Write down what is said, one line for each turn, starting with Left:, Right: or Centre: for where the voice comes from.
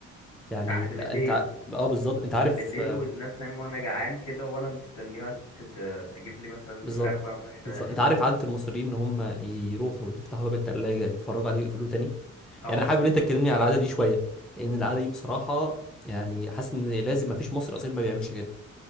Centre: يعني
Left: ساعة- ده بالليل
Centre: أنت ع- اه بالظبط أنت عارف
Left: ده بالليل
Centre: آه،
Left: والناس نايمة وأنا جعان كده وأنا مستنيها ت- ت- تجيب لي مثلا
Centre: بالظبط
Left: فراخ وهي مفيهاش فراخ
Centre: بالظبط. أنت عارف عادة المصريين إن هم يروحوا يفتحوا باب التلاجة يتفرجوا عليه ويقفلوه تاني
Left: اه
Centre: يعني أنا حابب إن أنت تكلمني على العادة دي شوية لأن العادة دي بصراحة يعني حاسس إن لازم مفيش مصري أصيل ما بيعملش كده